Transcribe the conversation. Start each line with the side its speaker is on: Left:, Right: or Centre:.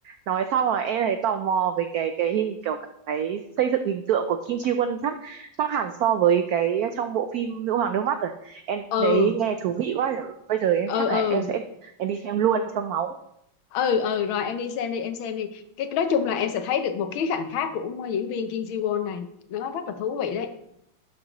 Right: nói xong rồi em thấy tò mò về cái cái hình kiểu cái xây dựng hình tượng của Kim Ji Won khác khác hẳn so với cái trong bộ phim Nữ hoàng nước mắt rồi. Em
Left: ừ
Right: thấy nghe thú vị quá. Bây giờ em
Left: ừ
Right: chắc
Left: ừ
Right: là em sẽ em đi xem luôn cho máu.
Left: ừ ừ rồi em đi xem đi em xem đi cái nói chung là em sẽ thấy được một khía cạnh khác của diễn viên Kim Ji Won này nó rất là thú vị đấy